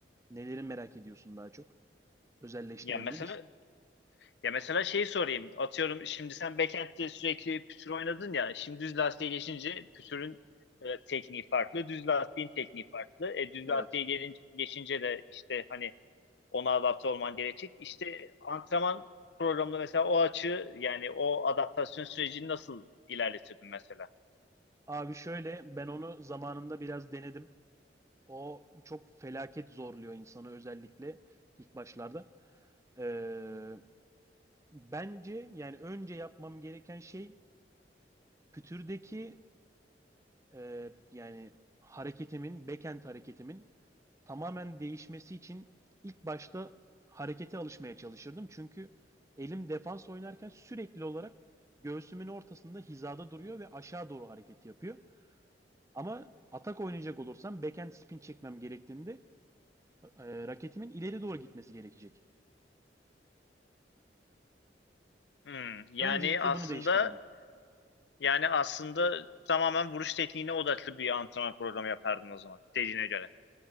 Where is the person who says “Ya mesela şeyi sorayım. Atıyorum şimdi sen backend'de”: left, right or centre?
Left